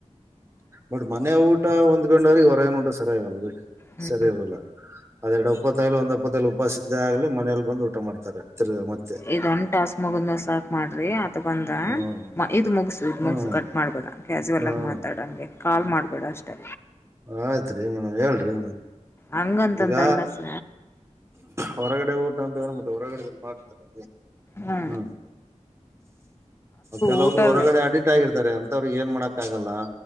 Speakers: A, on the right; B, on the left.
A: ಬಟ್ ಮನೆಯ ಊಟ ಹೊಂದ್ಕೊಂಡವ್ರಿಗೆ ಹೊರಗನ್ ಊಟ ಸರಿಯ ಆಗಲ್ರರಿ
B: ಹ್ಮ್
A: ಸರಿ ಇವಲ್ಲ ಅದೆರಡು ಹಪ್ಪತ್ತಾಗಲಿ ಒಂದ್ಪ್ಪೈ ಉಪಾಸ ಇದ್ದ ಆಗ್ಲಿ ಮನೇಲಿ ಬಂದು ಊಟ ಮಾಡ್ತಾರೆ ತಿರ್ಗ ಮತ್ತೆ
B: ಇದು ಉಂಟ ಮಗಂದು ಸ ಮಾಡ್ರಿ ಆಥ ಬಂದ
A: ಹ್ಮ್
B: ಇದ್ ಮುಗಸು ಇದ್
A: ಹ್ಮ್
B: ಮುಗಸು ಕಟ್ ಮಾಡ್ಬೇಡ ಕ್ಯಾಾಸುವಲ್
A: ಹ್ಮ್
B: ಆಗಿ ಮಾತಾಡಂಗೆ ಕಾಲ್ ಮಾಡ್ಬೇಡ ಅಷ್ಟೆ
A: ಆಯ್ತ್ ರೀ ಮೇಡ್ ಹೇಳ್ರಿ ಮೇಡ್
B: ಹಂಗಂತಂದಲ್ಲ
A: ಈಗ
B: ಸ
A: ಹೊರಗಡೆ ಊಟ ಅಂತ ಮತ್ತೆ ಹೊರಗಡೆ ಮಾಡ್ತಾರ
B: ಹ್ಮ
A: ಹ್ಮ್ ಕೆಲವೊಬ್ರು
B: ಊಟದ
A: ಹೊರಗಡೆ ಅಡಿಕ್ಟ್ ಆಗಿರ್ತಾರೆ ಅಂತವ್ರಿಗೆ ಏನ್ ಮಾಡಕ್ಕ ಆಗಲ್ಲ.